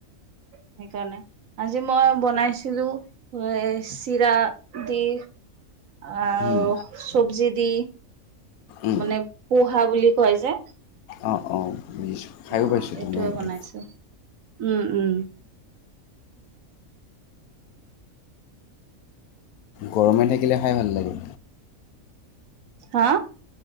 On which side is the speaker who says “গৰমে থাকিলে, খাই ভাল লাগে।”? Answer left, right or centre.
Left